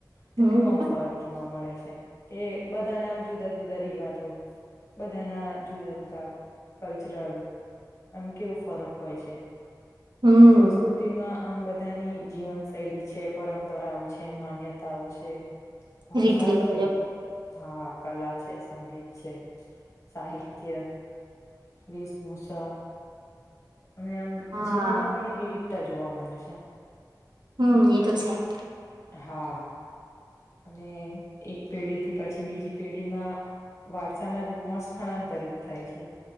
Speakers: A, on the left; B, on the right.
A: તો
B: હમ
A: કાંઇ ઓફર જોવા મળે છે કે બધાના આમ જુદા જુદા રિવાજો બધાના જુદા જુદા કલ્ચરલ એમ કેવો ફરક હોય છે.
B: હમ
A: સંસ્કૃતિમાં આમ બધાની જીવનશૈલી છે પરંપરાઓ છે માન્યતાઓ છે. ભાષા
B: રીત રિવાજો
A: છે હા. કલા છે, સંગીત છે, સાહિત્ય, વેશભૂષા. અને આમ
B: હા
A: જીવનમાં ઘણી વિવિધ તા જોવા મળે છે.
B: હમ એ તો સાહેબ
A: હા અને એક પેઢીથી પછી બીજી પેઢીમાં વારસા ના રૂપમાં સ્થળાંતરિત થાય છે